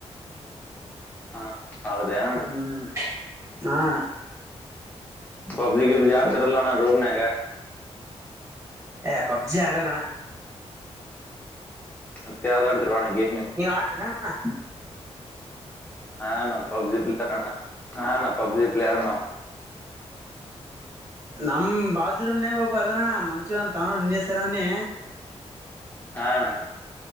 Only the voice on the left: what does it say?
ಹಾ ಹೌದೇನಣ್ಣ
ಪಬ್ಜಿ ಗಿಬ್ಜಿ ಆಡ್ತಾರಲ್ಲಣ ರೂಮ್ನಾಗೆ
ಮತ್ಯ ಆದ ಆಡ್ತರುವಣಗೆ
ಹಾ ನ ಪಬ್ಜಿ <unintelligible> ಹಾ ಪಬ್ಜಿ ಪ್ಲರ್ ನ
ಹಾಣ